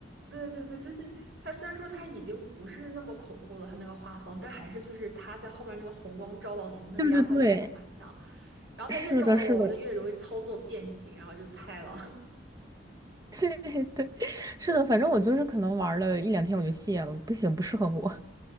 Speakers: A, on the right (about 75°); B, on the right (about 20°).
A: 对对对，就是它虽然说它已经不是那么恐怖了，它那个画风，但还是就是它在后面那个红光照到你，那个压迫感还是蛮强。
B: 对对，
A: 然后它越照到我，
B: 是的，是的。
A: 我就越容易操作变形，然后就菜了。
B: 对对，是的，反正我就是可能玩了一两天我就卸了，不行，不适合我。